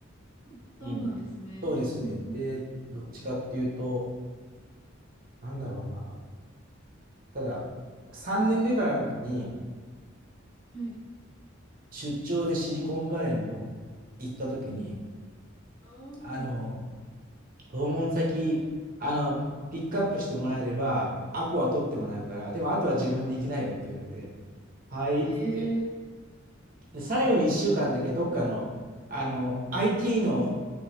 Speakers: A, on the left; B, on the right.
A: うんそうなんですね。
B: うん。そうですね。
A: うん。
B: で、どっちかっていうと、なんだろうな。ただ、3年目かなんかに、
A: はい。
B: 出張でシリコンバレーの方に行った時に、
A: ああ、
B: あの、訪問先、あの、ピックアップしてもらえれば、アポは取ってもらうから、でもあとは自分で行きなよって言われて、はいっつって。
A: ええ
B: で、最後に1週間だけどっかの、あの、IT の、